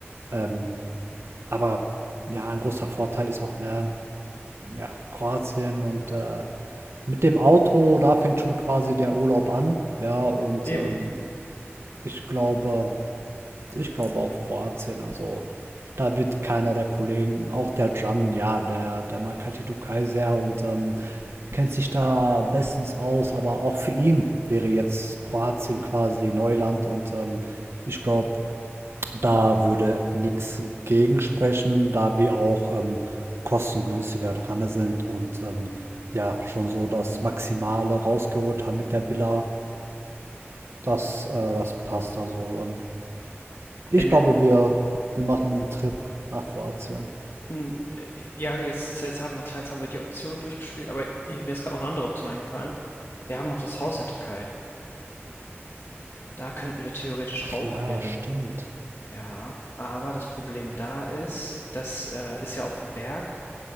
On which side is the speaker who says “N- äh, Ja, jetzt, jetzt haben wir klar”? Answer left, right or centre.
Left